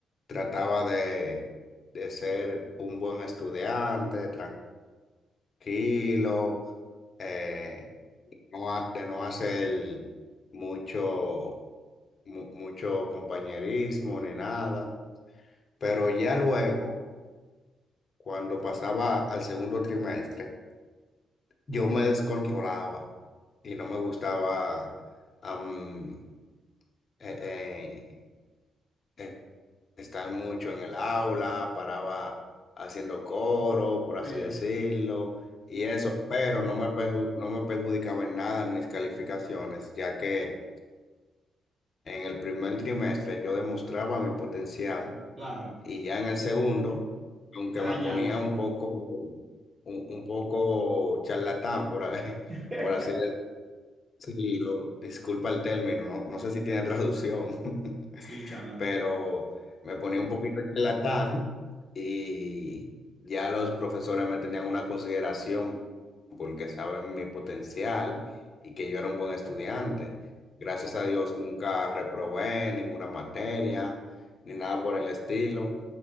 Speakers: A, on the left; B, on the right.
A: trataba de, de ser un buen estudiante, tranquilo, eh, no ha- de no hacer mucho, mu- mucho compañerismo ni nada, pero ya luego, cuando pasaba al segundo trimestre, Yo me descontrolaba y no me gustaba am, eh, eh, eh, estar mucho en el aula, paraba haciendo coro, por así
B: Sí,
A: decirlo, y eso, pero no me, perju- no me perjudicaba en nada en mis calificaciones, ya que en el primer trimestre yo demostraba mi potencial
B: claro,
A: y ya en el segundo, aunque
B: te dañaba.
A: me ponía un poco, un, un poco charlatán, por, ahí-
B: <laughs>
A: <laughs> por así decirlo, Sí, lo- disculpa el término, no, no sé si tiene traducción, <laughs>
B: Sí, charlatán.
A: pero me ponía un poquito charlatán y ya los profesores me tenían una consideración porque saben mi potencial y que yo era un buen estudiante. Gracias a Dios nunca reprobé ninguna materia ni nada por el estilo